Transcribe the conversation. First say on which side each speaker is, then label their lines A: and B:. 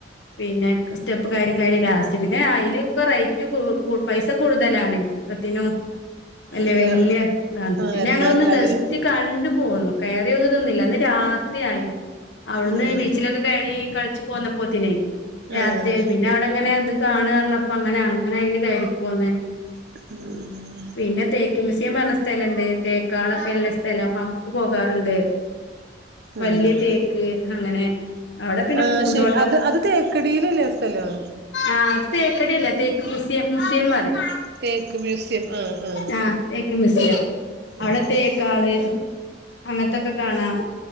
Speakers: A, on the left (about 75°); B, on the right (about 65°).
A: പിന്നെ സ്റ്റെപ്പ് കൈരി കൈരി ലാസ്റ്റ് പിന്നെ അയില് റേറ്റ് പൈസ കൂടുതലാണ് ഒക്കത്തിനും വല്ല്യ
B: അതെ
A: വല്ല്യ ഇതാണ്
B: ആ
A: പിന്നെ
B: എല്ലാത്തിലും
A: ഞങ്ങളൊന്ന് ഗെസ്റ്റ്
B: അല്ലേലും
A: കണ്ടു പോന്നു കയറിയതൊന്നില്ല അന്ന് രാത്രി ആയിനു അവിടുന്ന്
B: ആഹ്
A: ബീച്ചിലൊക്കെ കേറി കളിച്ച് പോന്നപ്പോത്തിനെ രാത്രിയായി
B: ആഹ്
A: പിന്നെ പിന്നെ അവടങ്ങനെ ഇത് കാണർഞ്ഞപ്പോ അങ്ങനെ അങ്ങനെ അയില് കേറിപ്പോന്ന്
B: <inaudible>
A: പിന്നെ തേക്ക് മ്യൂസിയം പറഞ്ഞ സ്ഥലണ്ട് തേക്കാളക്കല്ല സ്ഥലം അവുട്ക്ക് പോകാറുണ്ട് വല്യ
B: ആഹ്
A: തേക്ക് അങ്ങനെ അവിടെ പിന്നെ
B: ആ
A: പൂന്തോട്ടം
B: ശെരി അത് അത് തേക്കടിയിലല്ലേ ആ സ്ഥലം
A: ആഹ് അത് തേക്കടി അല്ല തേക്ക് മുസിയ മുസിയം പറീം
B: തേക്ക് മ്യൂസിയം ആഹ് ആഹ്
A: ആ തേക്ക് മ്യൂസിയം അവടെ
B: ആഹ്
A: തേക്കാള് അങ്ങനൊത്തൊക്കെ കാണാം